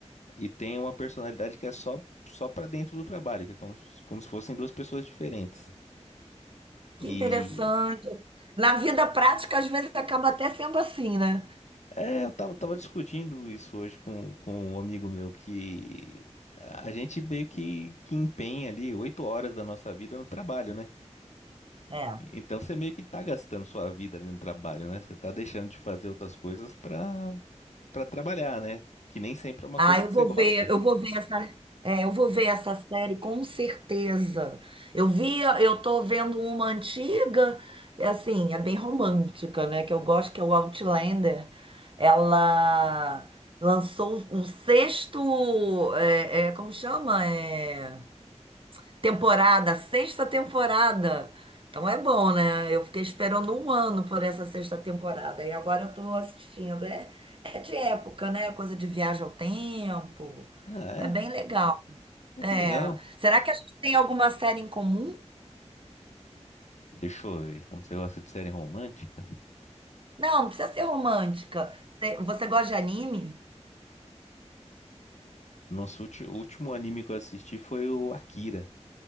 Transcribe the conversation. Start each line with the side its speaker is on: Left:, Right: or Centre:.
Left: e tem uma personalidade que é só só para dentro do trabalho, que é como, se- como se fossem duas pessoas diferentes. E
Right: que interessante. Na vida prática, às vezes acaba até sendo assim, né?
Left: é, eu tava, tava discutindo isso hoje com, com um amigo meu que a a gente meio que, que empenha ali oito horas da nossa vida no trabalho, né?
Right: É.
Left: Então você meio que tá gastando sua vida ali no trabalho, né? Você tá deixando de fazer outras coisas pra, pra trabalhar, né? Que nem sempre é uma
Right: Ah,
Left: coisa
Right: eu
Left: que
Right: vou
Left: você gosta.
Right: ver, eu vou ver essa, é, eu vou ver essa série com certeza. Eu via, eu tô vendo uma antiga, é assim, é bem romântica, né? Que eu gosto, que é o Outlander. Ela lançou o sexto, é, é, como chama? é. Temporada, sexta temporada. Então é bom, né? Eu fiquei esperando um ano por essa sexta temporada. E agora eu tô assistindo. É, é de época, né? Coisa de viagem ao tempo.
Left: Ah,
Right: É bem legal.
Left: é?
Right: É.
Left: É que legal.
Right: Será que a gente tem alguma série em comum?
Left: Deixa eu ver, como você gosta de série romântica?
Right: Não, não precisa ser romântica. Você você gosta de anime?
Left: Nosso ulti- o último anime que eu assisti foi o Akira.